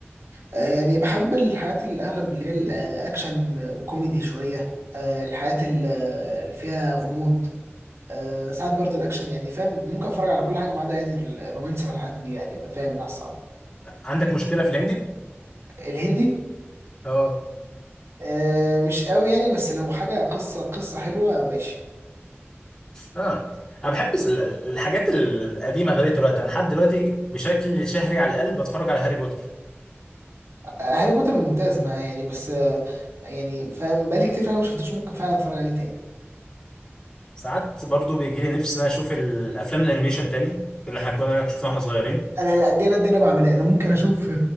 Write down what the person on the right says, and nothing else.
آه، يعني بحب الحاجات اللي اغلب اللي هي الاكشن وكوميدي شويه آه، الحاجات ال- اللي فيها غموض آه، ساعات برضه الاكشن يعني فاهم ممكن اتفرج على كل حاجه ما عدا يعني الرومانسي والحاجات دي يعني بتفاهم منها الصراحه
الهندي
آه، مش قوي يعني بس لو حاجه قصه قصه حلوه ماشي
آه، هاري بوتر ممتاز ما يعني بس آه، يعني فاهم بقالي كتير فعلا ما شفتوش ممكن فعلا اتفرج عليه تاني
انا لا دي انا دي انا بعملها انا ممكن اشوف